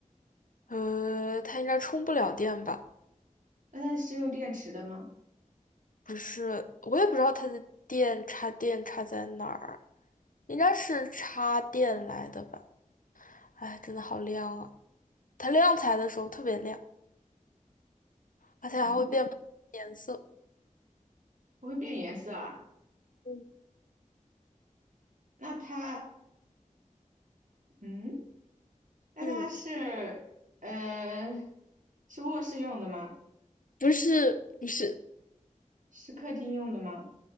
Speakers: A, on the left; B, on the right.
A: 呃，它应该充不了电吧？
B: 那它是用电池的吗？
A: 不是，我也不知道它的电插电插在哪儿。应该是插电来的吧？哎，真的好亮啊！它亮起来的时候特别亮，而且还会变不同的颜色。
B: 嗯，不会变颜色啊。
A: 嗯，
B: 那它嗯，那它是呃
A: 嗯，
B: 是卧室用的吗？
A: 不是，不是，
B: 是客厅用的吗？